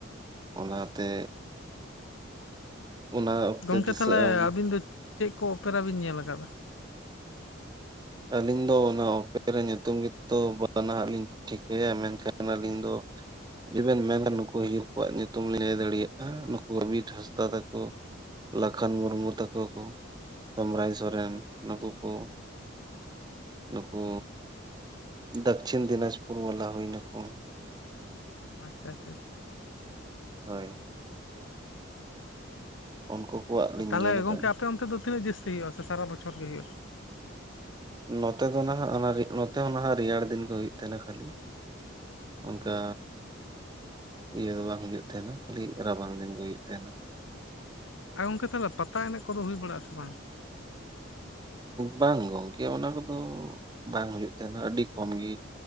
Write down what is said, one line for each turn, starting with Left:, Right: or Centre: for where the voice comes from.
Right: ᱚᱱᱟᱛᱮ ᱚᱱᱟ ᱚᱠᱛᱮ
Left: ᱜᱚᱝᱠᱮ
Right: ᱫᱤᱥᱟᱹᱜᱼᱟ
Left: ᱛᱟᱦᱚᱞᱮ,
Right: ᱵᱚᱞᱮ
Left: ᱟᱵᱤᱱ ᱫᱚ ᱪᱮᱫ ᱠᱚ ᱚᱯᱮᱨᱟ ᱵᱤᱱ ᱧᱮᱞ ᱟᱠᱟᱫᱟ?
Right: ᱟᱹᱞᱤᱧ ᱫᱚ ᱚᱱᱟ ᱚᱯᱮᱨᱮ ᱧᱩᱛᱩᱢ ᱜᱮᱛᱚ ᱵᱟᱱᱟᱦᱟᱜ ᱞᱤᱧ ᱴᱷᱤᱠᱟᱹᱭᱟ ᱢᱮᱱᱠᱷᱟᱱ ᱟᱹᱞᱤᱧ ᱫᱚ ᱡᱩᱫᱤ ᱵᱤᱱ ᱢᱮᱱᱟ ᱱᱩᱠᱩ ᱤᱭᱟᱹ ᱠᱚᱣᱟᱜ ᱧᱩᱛᱩᱢ ᱞᱟᱹᱭ ᱫᱟᱲᱮᱭᱟᱜᱼᱟ ᱱᱩᱠᱩ ᱟᱵᱤᱨ ᱦᱟᱸᱥᱫᱟ ᱛᱟᱠᱚ, ᱞᱟᱠᱷᱟᱱ ᱢᱩᱨᱢᱩ ᱛᱟᱠᱚ ᱠᱚ ᱥᱚᱢᱨᱟᱭ ᱥᱚᱨᱮᱱ ᱱᱩᱠᱩ ᱠᱚ᱾ ᱱᱩᱠᱩ, ᱫᱟᱠᱪᱦᱷᱤᱱ ᱫᱤᱱᱟᱡᱽᱯᱩᱨ ᱵᱟᱞᱟ ᱦᱩᱭᱱᱟᱠᱚ᱾
Left: ᱟᱪᱷᱟ ᱟᱪᱷᱟ᱾
Right: ᱦᱳᱭ᱾ ᱩᱱᱠᱩ᱾ ᱠᱚᱣᱟᱜ ᱞᱤᱧ
Left: ᱛᱟᱦᱚᱞᱮ,
Right: ᱧᱮᱞ ᱟᱠᱟᱫᱼᱟ
Left: ᱜᱚᱝᱠ ᱟᱯᱮ ᱚᱱᱛᱮ ᱫᱚ ᱛᱤᱱᱟᱹᱜ ᱡᱟᱹᱥᱛᱤ ᱦᱩᱭᱩᱜᱼᱟ, ᱥᱮ ᱥᱟᱨᱟ ᱵᱚᱪᱷᱚᱨ ᱜᱮ ᱦᱩᱭᱩᱜᱼᱟ?
Right: ᱱᱚᱛᱮ ᱫᱚ ᱱᱟᱦᱟᱜ ᱚᱱᱟ ᱚᱲᱟ ᱱᱚᱛᱮ ᱦᱚᱸ ᱱᱟᱦᱟᱜ ᱨᱮᱭᱟᱲ ᱫᱤᱱ ᱜᱮ ᱦᱩᱭᱩᱜ ᱛᱟᱦᱮᱱᱟ ᱠᱷᱟᱹᱞᱤ᱾ ᱚᱱᱠᱟ᱾ ᱤᱭᱟᱹ ᱫᱚ ᱵᱟᱝ ᱦᱩᱭᱩᱜ ᱛᱟᱦᱮᱸᱱᱟ ᱠᱷᱟᱹᱞᱤ ᱨᱟᱵᱟᱝ ᱫᱤᱱ ᱜᱮ ᱦᱩᱭᱩᱜ ᱛᱟᱦᱮᱸᱱᱟ᱾
Left: ᱟᱨ ᱜᱚᱝᱠᱮ ᱛᱟᱦᱚᱞᱮ ᱯᱟᱛᱟ ᱮᱱᱮᱡ ᱠᱚᱫᱚ ᱦᱩᱭ ᱵᱟᱲᱟᱜᱼᱟ ᱥᱮ ᱵᱟᱝ?
Right: ᱵᱟᱝ ᱜᱚᱝᱠᱮ ᱚᱱᱟ ᱠᱚᱫᱚ ᱵᱟᱝ ᱦᱩᱭᱩᱜ ᱛᱟᱦᱮᱸᱱᱟ ᱟᱹᱰᱤ ᱠᱚᱢ ᱜᱤ᱾